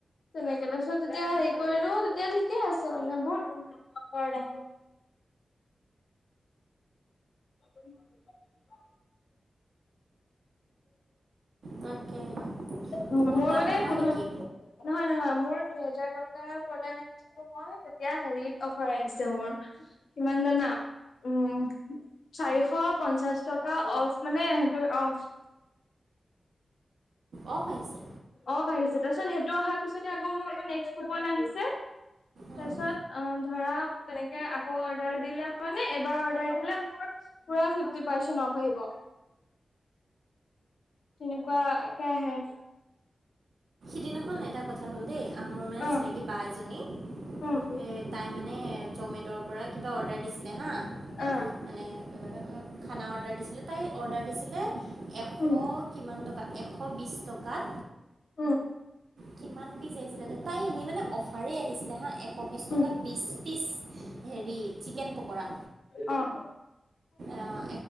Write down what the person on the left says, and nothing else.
তেনেকে তাছত যেতিয়া হেৰি কৰিলো তেতিয়া ঠিকে আছে মানে, বহুত অপাৰ দেখাইছে। ব ম মহ আ <inaudible>
অ <unintelligible>
মই
মানে
পোন্ধৰ
নহয় নহয়। মোৰ দুইহেজাৰ টকা প্ৰদাক আ মই তেতিয়া হেৰিত অফাৰ আহিছে মোৰ। কিমান জানা? উম, চাৰিশ পঞ্চাশ টকা অ'ফ মানে সেইটো অ'ফ।
অঁ, বাঢিছে তাৰপিছত সেইটো অহাৰ পিছতে আকৌ মোক নেক্স কোপন আহিছে।
তাৰ পিছত অঁ, ধৰা তেনেকে আকৌ অৰ্ডাৰ দিলে মানে এবাৰ অৰ্ডাৰ দিলে মোৰ পোৰা ফিফটি পাৰ্চেন্ট অ'ফ আহিব। তেনেকুৱা কে আহে।
অ
উম
অ
উম
উম।
উম
অঁ।